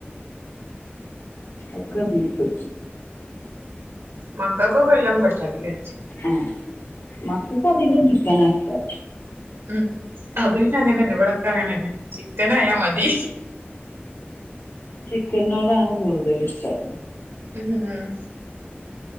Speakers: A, on the left (about 75°); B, on the right (about 75°).
A: ഒക്കെ ബീഫ്
B: മക്കക്കൊക്കെല്ലതും പറ്റാതി ല്ലേ
A: ആഹ്‌ മക്കക്കധികം ചിക്കനാഷ്ടം
B: ഉം അത് പിന്നെ അങ്ങനെന്നെ. വടൊക്കെ അങ്ങനന്നെ ചിക്കനായാ മതി
A: ചിക്കൻനോടാണ് കൂടുതലിഷ്ടം
B: ഉം ആഹ്